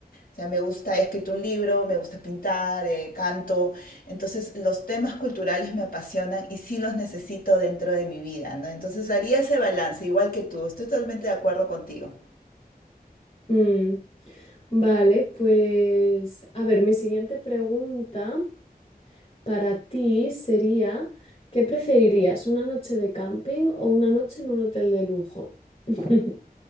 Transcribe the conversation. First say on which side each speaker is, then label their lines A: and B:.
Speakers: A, on the left; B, on the left.
A: O sea, me gusta, he escrito un libro, me gusta pintar, eh, canto. Entonces, los temas culturales me apasionan y sí los necesito dentro de mi vida, ¿no? Entonces, haría ese balance, igual que tú. Estoy totalmente de acuerdo contigo.
B: Mm. Vale, pues a ver, mi siguiente pregunta. para ti sería, ¿qué preferirías? ¿Una noche de camping o una noche en un hotel de lujo? <laughs>